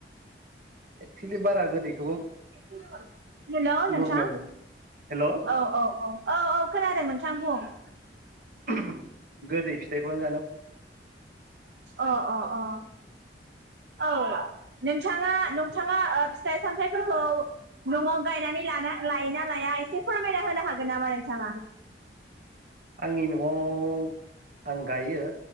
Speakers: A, on the right; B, on the right.
A: एक्सुलि बारा गोदैखौ
B: हेलौ नोंथां
A: नरमेल हेल'
B: औ औ औ औ औ खोनादों नोंथां बुं
A: उहुम गोदै फिथाइखौ आं
B: अ अ अ औ नोंथांङा नोंथांङा ओ फिथाइ सामथाइफोरखौ न'आव गायनानै लानो लायोना लाया एसे फोरमायना होनो हागोन नामा नोंथांङा?
A: आंनि न'आव आं गायो